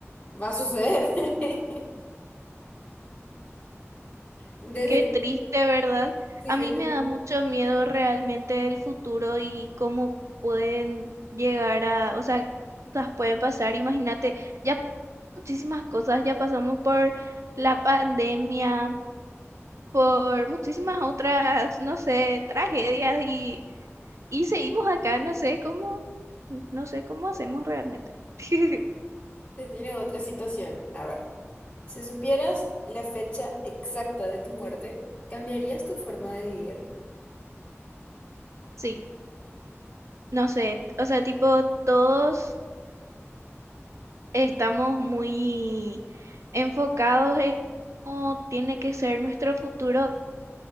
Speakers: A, on the left; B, on the right.
A: va a suceder. <laughs> Desde,
B: Qué triste,
A: mi-
B: ¿verdad?
A: sí,
B: A mí
A: desde,
B: me
A: mi-
B: da mucho miedo realmente el futuro y cómo pueden llegar a, o sea, qué cosas pueden pasar. Imagínate, ya muchísimas cosas, ya pasamos por la pandemia, por muchísimas otras, no sé, tragedias y, y seguimos acá, no sé cómo, no sé cómo hacemos realmente. <laughs>
A: te tiro otra situación. A ver, si supieras la fecha exacta de tu muerte, ¿cambiarías tu forma de vivir
B: Sí, no sé, o sea, tipo, todos estamos muy enfocados en cómo tiene que ser nuestro futuro.